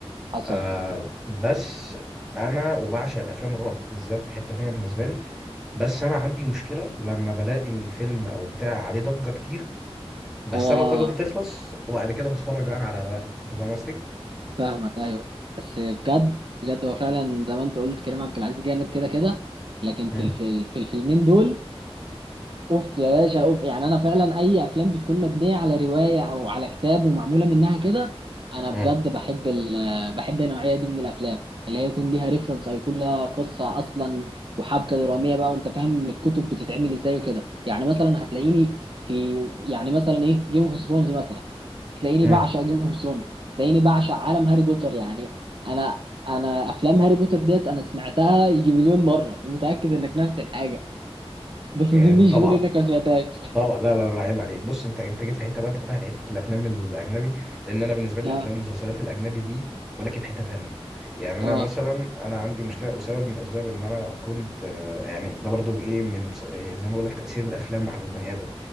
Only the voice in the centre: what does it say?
آه بس انا وبعشق الافلام الرعب بالذات في حته تانيه بالنسبه لي بس انا عندي مشكله لما بلاقي فيلم او بتاع عليه ضجه كتير بستنى
الضجه دي تخلص وبعد كده بتفرج انا على رواقه انت فاهم قصدي؟
مم.
مم.
مم.
آه، طبعا
طبعا لا لا لا عيب عليك بص انت انت جيت في حته بقى انت فتحت حته الافلام الاجنبي لان انا بالنسبه
لي
الافلام والمسلسلات الاجنبي دي ولكن في حته تانية يعني انا
مثلا انا عندي مشكله وسبب من اسباب ان انا كنت آه، يعني ده برضو ايه من س- يعني زي ما بقول لك تاثير الافلام على البني ادم